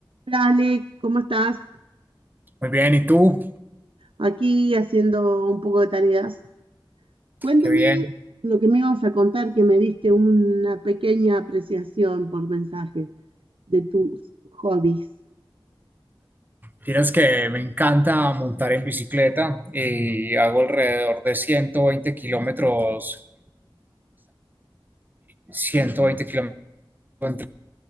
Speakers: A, on the right; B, on the right.
A: Hola Ale, ¿cómo estás?
B: Muy bien, ¿y tú?
A: Aquí haciendo un poco de tareas. Cuéntame
B: Qué bien.
A: lo que me ibas a contar, que me diste una pequeña apreciación por mensaje de tus hobbies.
B: Tienes que me encanta montar en bicicleta y hago alrededor de 120 kilómetros, 120 kilómetros entre